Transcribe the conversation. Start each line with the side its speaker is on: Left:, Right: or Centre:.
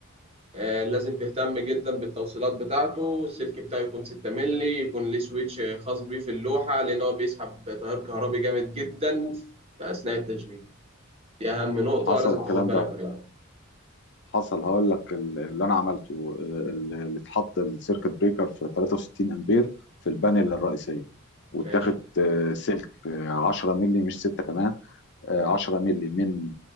Right: آه، لازم تهتم جدا بالتوصيلات بتاعته السلك بتاعه يكون 6 مللي يكون ليه سويتش خاص بيه في اللوحة لأن هو بيسحب تيار كهربي جامد جدا في أثناء التشغيل دي أهم نقطة
Left: حصل
Right: لازم
Left: الكلام
Right: تاخد بالك
Left: ده
Right: منها
Left: حصل هقول لك ال- اللي انا عملته آه، ال- اللي اتحط السيركت بريكر في 63 امبير في البانل الرئيسيه واتاخد
Right: ماشي
Left: آه، سلك آه، 10 مللي مش 6 كمان آه، 10 مللي من